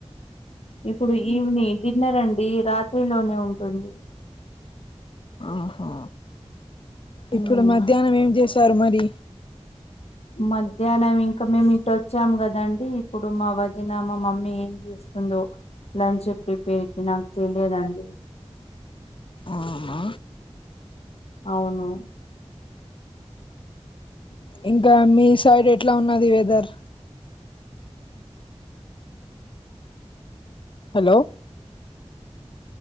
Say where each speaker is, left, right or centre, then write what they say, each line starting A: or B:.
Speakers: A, on the left; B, on the left.
A: ఇప్పుడు ఈవిని డిన్నరండీ రాత్రిలోనే ఉంటుంది.
B: ఆహా ఇప్పుడు
A: ఉమ్.
B: మధ్యాహ్నం ఏం చేశారు మరి
A: మధ్యాహ్నం ఇంకా మేము ఇటుచ్చాం కదండి ఇప్పుడు మా వదిన మా మమ్మీ ఏం చేస్తుందో లంచ్ ప్రీప్ పేరికి నాకు తెలియదండి
B: అవునా
A: అవును <inaudible>
B: ఇంకా మీ సైడ్ ఎట్లా ఉన్నది వెదర్ హలో